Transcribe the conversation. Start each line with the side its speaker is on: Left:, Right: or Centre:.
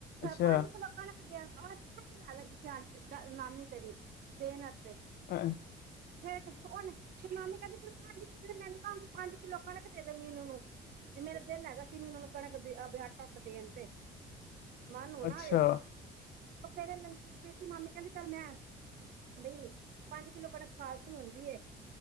Left: ਅੱਛਾ
Right: ਪੰਜ ਕਿਲੋ ਕਣਕ ਹ ਅੱਛਾ ਨੀ ਲੈਣ ਲੱਗ ਨਾਮੀ ਤੇਰੀ ਦੇਨ ਫੇਠ
Left: ਹਾਂ
Right: ਉਹੁਣ ਸੁਨਾਨੀ ਮੈਨੂੰ ਪੰਜ-ਪੰਜ ਕਿੱਲੋ ਖੜਕ ਦੇ ਦ ਮੀਨੂੰ ਨੂੰ ਤੇ ਮੇਰਾ ਦਿਲ ਹੈਗਾ ਸੀ ਮੀਨੂ ਨੂੰ ਕਣਕ ਆਟਟ ਦੇਣ ਤੇ ਮ ਨੂੰ
Left: ਅੱਛਾ
Right: ਨਾ ਆਵੇ ਪ੍ਰੀਤੀ ਮਾਮੀ ਕਹਿੰਦੀ ਕਰਮੈਂ ਬਈ ਪੰਜ ਕਿਲੋ ਕਣਕ ਫਾਲਤੂ ਹੁੰਦੀ